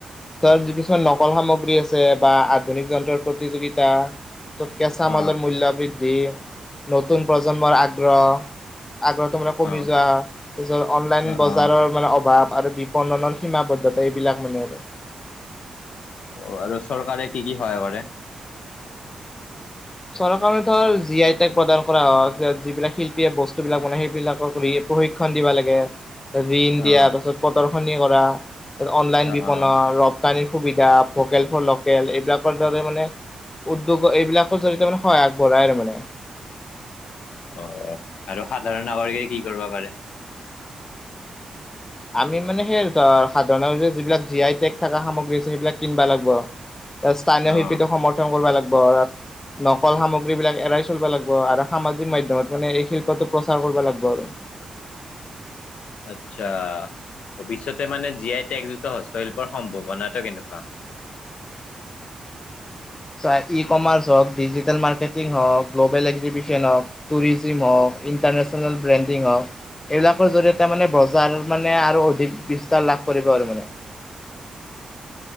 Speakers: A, on the left; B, on the left.
A: তাত যি কিছুমান নকল সামগ্ৰী আছে, বা আধুনিক যন্ত্ৰৰ প্ৰতিযোগিতা ত'ত কেঁচা
B: অ
A: মালৰ মূল্য বৃদ্ধি নতুন প্ৰজন্মৰ আগ্ৰহ, আগ্ৰহটো মানে - কমি
B: অ
A: যোৱা তাৰ পাছত অনলাইন
B: অ
A: বজাৰৰ
B: অ
A: মানে অভাৱ আৰু- বণনৰ সীমাবদ্ধতা এইবিলাক মানে আৰু।
B: অঁ আৰু চৰকাৰে কি কি সহায় কৰে?
A: চৰকাৰে ধৰ জি আই টাগ প্ৰদান কৰা হওক যিবিলাক শিল্পীয়ে বস্তুবিলাক বনায় সেইবিলাকক প্ৰশিক্ষণ দিবা লাগে। ঋণ
B: অ
A: দিয়া তাৰপিছত প্ৰদৰ্শনী কৰা তাৰপিছত অনলাইন
B: অ
A: বিপণাৰ
B: অ
A: তানীৰ সুবিধা, ভোকেল ফৰ লোকেল। এইবিলাকৰ দৰে মানে উদ্যোগ এইবিলাক- ত' জৰিতে মানে হয় আগবঢ়াই আৰু মানে।
B: অহ-অহ' আৰু সাধাৰণ নাগৰিকে কি কৰিব পাৰে?
A: আমি মানে সেই সাধাৰণ যে যিবিলাক জি আই থকা সামগ্ৰী আছে সেইবিলাক কিনবা লাগিব। স্থানীয় শিল্পীটোক
B: অ
A: সমৰ্থন কৰিব লাগিব। নকল সামগ্ৰী বিলাক এৰাই চলিব লাগিব আৰু সামাজিক মাধ্যমত মানে এই শিল্পটো প্ৰচাৰ কৰিব লাগিব আৰু।
B: আচ্ছা' ভৱিষ্যতে মানে জি আই একজুট হস্তশিল্পৰ সম্ভাৱনাটো কেনেকুৱা?
A: চোৱা ই কমাৰ্চ হওক, ডিজিটেল মাৰ্কেটিং হওক, গ্ল'বেল এক্সিবশন হওক- টুৰিজিম হওক, ইণ্টাৰনেশ্যনেল ব্ৰেণ্ডিং হওক- এইবিলাকৰ জৰি়য়তে মানে বজাৰৰ মানে আৰু অধিক বিস্তাৰ লাভ কৰিব আৰু মানে।